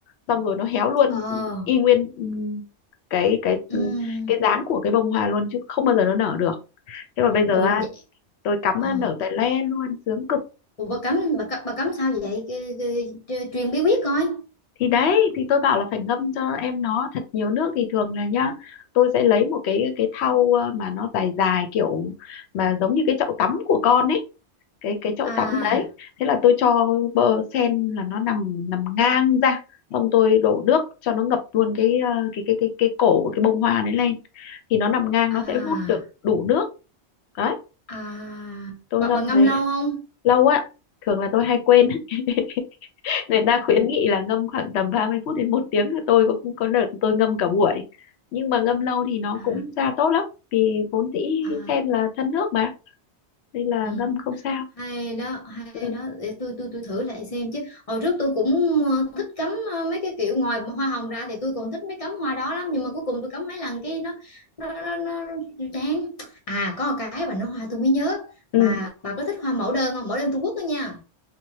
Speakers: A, on the left; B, on the left.
A: xong rồi nó héo luôn
B: ờ
A: y nguyên ừ, cái cái
B: ừm.
A: cái dáng của cái bông hoa luôn chứ không bao giờ nó nở được thế mà bây giờ
B: ủa
A: á,
B: vậy
A: tôi cắm
B: ờ
A: nó nở tại le luôn sướng cực
B: ủa bà cấm bà, cấm- bà cấm sao vậy Cái- cái- cái- truyền bí quyết coi
A: thì đấy thì tôi bảo là phải ngâm cho em nó thật nhiều nước thì thường là nhá tôi sẽ lấy một cái cái thau ờ, mà nó dài dài kiểu mà giống như cái chậu tắm của con ấy cái cái chậu
B: à
A: tắm đấy thế là tôi cho bơ sen là nó nằm nằm ngang ra xong tôi đổ nước cho nó ngập luôn cái ờ, cái cái cái cái cổ của cái bông hoa đấy lên thì nó nằm ngang
B: à
A: nó sẽ hút được đủ nước đấy
B: À,
A: tôi
B: bạn
A: ngâm
B: bạn ngâm
A: đấy
B: lâu không?
A: lâu á thường là tôi hay quên <laughs> người ta khuyến nghị là ngâm khoảng tầm 30 phút đến một tiếng tôi có có đợt tôi ngâm cả buổi nhưng mà ngâm lâu thì nó
B: À,
A: cũng ra tốt lắm vì vốn dĩ
B: à,
A: sen là thân nước mà nên là
B: ừ,
A: ngâm không sao
B: hay đó, hay
A: ừ
B: đó. Để tôi tôi tôi thử lại xem chứ. Hồi trước tôi cũng ờ, thích cắm ờ, mấy cái kiểu ngoài hoa hồng ra thì tôi còn thích mấy cắm hoa đó lắm nhưng mà cuối cùng tôi cắm mấy lần cái nó nó nó, nó, nó chán. À có một cái bà nói hoa tôi mới nhớ.
A: ừ
B: Bà bà có thích hoa mẫu đơn không? Mẫu đơn Trung Quốc đó nha.